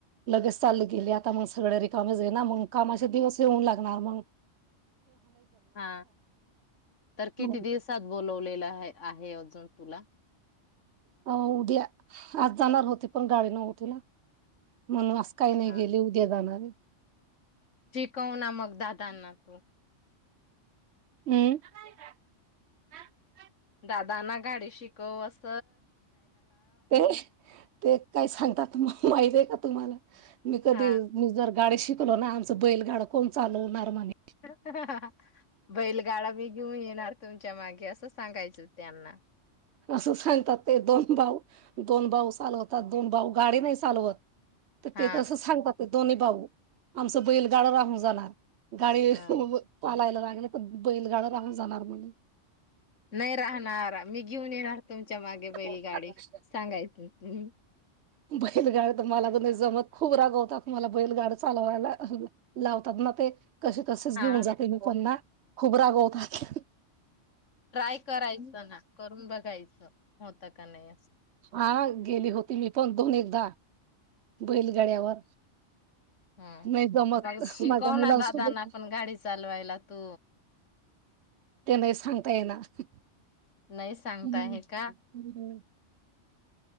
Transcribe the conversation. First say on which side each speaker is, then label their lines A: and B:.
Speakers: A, on the right; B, on the left.
A: लगेच चाल गेले आता मग सगळ्या रिकाम जाई ना, मग कामाचे दिवस येऊन लाग होणार मंग
B: हा तर किती
A: मग
B: दिवसात बोलावले हाय आहे अजून तुला
A: अ उद्या आज जाणार होती पण गाडी नव्हती ना म्हणून आज काही नाही
B: हा
A: गेले उद्या जाणार आहे
B: शिकव ना मग दाद ताना तो
A: <inaudible>
B: दादाांना गाडी शिकव अस
A: ते ते काय सांगतात म माहिती आहे का तुम्हाला? मी कधी
B: हा.
A: मी जर गाडी शिक ना आमं बैलगाडा कोण चालवणार म्हणे
B: हाह हह बैलगाडा बी घेऊन येणार तुमच्या मागे असं सांगायचं त्यांना
A: असं सांगतात ते दोन भाऊ दोन भाऊ चालवतात दोन भाऊ गाडी नाही चालवत तर
B: हा
A: ते तसं सांगतात ते दोन्ही भाऊ, आमचं बैलगाड राहून जाणार गाडी
B: हा.
A: पालायला लागली बैलगाडा राहून जाणार म्हण
B: नाही राहणार मी घेऊन येणार तुमच्या मागे बैलगाडी
A: म्हणे
B: सांगायच् तुम्ही.
A: बैलगाड तर मला तर नाही जमत खूप रागवतात मला बैलगाड चालवायला लावतात ना ते कशी तसेच
B: हा
A: घेऊन जाते मी कोना खुबरा गोवतात
B: ट्राय करायचं ना? करून बघायचं होत का नाही असं
A: हा गेली होती मी पण दोन्ही एकदा बैलगाड्यावर
B: हम्म,
A: नाही जमत
B: ब शिकव
A: माझ्या मुलांसोबत
B: ना दादाना पण गाडी चालवायला तू
A: ते नाही सांगता येणार
B: नाही सांगता
A: हम्म
B: हे का
A: हम्म